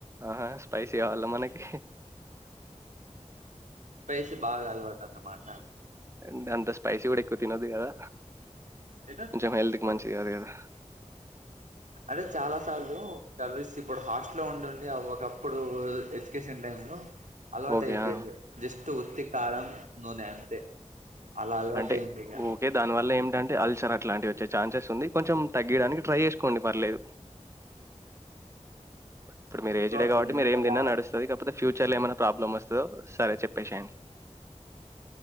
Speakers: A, on the right (about 20°); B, on the right (about 80°).
A: ఆహా పైసి కావాలా మనకి
B: సి బాగా అలవాటు అన్న మాట
A: అ అంత స్పైసీ కూడా ఎక్కువ తినదు కదా
B: ఏదే
A: కొంచెం హెల్త్‌కి
B: బట్
A: మంచిది కాదు కదా!
B: అంటే చాలా లు కలస్త ఇప్పుడు హాస్ట లో ఉంండి ఒక అప్పుడు ఎడ్యుకేషన్ టైమ్ లో అలవాటు
A: ఓకే.
B: అయిపోయింది
A: ఆ!
B: జస్ట్ ఉత్తి కారం నూనె అంతే అలా అలవాటు
A: అంటే
B: అయింది ఇక
A: ఓకే దానివల్ల ఏంటంటే అల్సర్ అట్లాంటివి వచ్చే ఛాన్సెస్ ఉంది కొంచెం తగ్గడానికి ట్రై చేసుకోండి పర్లేదు ఇప్పుడు మీ ఏజ్డే
B: సో అది
A: కాట్టి
B: నిజంగా
A: మీరు ఏ
B: అలా
A: తన్నా నడుస్తుంది కాకపోతే ఫ్యూర్ చాల ఏమైనా ప్రాబ్లమ్ వస్తుందో సరే చెప్పేసేయండి